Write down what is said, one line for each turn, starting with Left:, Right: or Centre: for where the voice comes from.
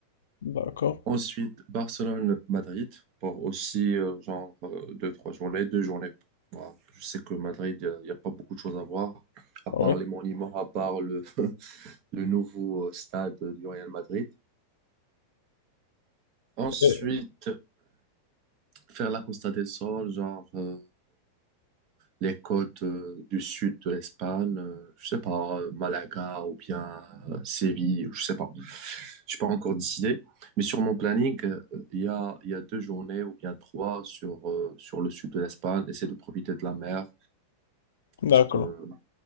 Left: D'accord,
Right: Ensuite, Barcelone-Madrid pour aussi euh, genre euh, deux, trois journées, deux journées. Voilà. Je sais que Madrid, il n'y a, y a pas beaucoup de choses à voir, à
Left: oui.
Right: part les monuments, à part le, <laughs> le nouveau euh, stade du Real Madrid. Ensuite,
Left: Et-
Right: faire la Costa del Sol, genre euh, les côtes euh, du sud de l'Espagne, euh, je sais pas, euh, Malaga ou bien euh, Séville, je sais pas. J'ai pas encore décidé, mais sur mon planning, euh, il y a il y a deux journées ou bien trois sur euh, sur le sud de l'Espagne. Essayer de profiter de la mer,
Left: D'accord.
Right: un petit peu